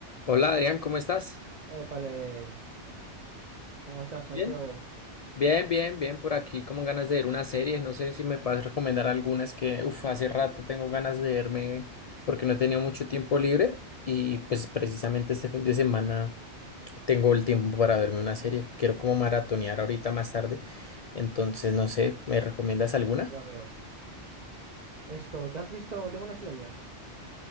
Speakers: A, on the left; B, on the right.
A: Hola Adrián, ¿cómo estás?
B: Épale, ¿cómo estás, Santiago?
A: Bien. Bien, bien, bien, por aquí como ganas de ver una serie, no sé si me puedes recomendar algunas que, uff, hace rato tengo ganas de verme porque no he tenido mucho tiempo libre y pues precisamente este fin de semana tengo el tiempo para verme una serie, quiero como maratonear ahorita más tarde, entonces no sé, ¿me recomiendas alguna?
B: Ya veo. Esto, ¿te has visto Demon Slayer?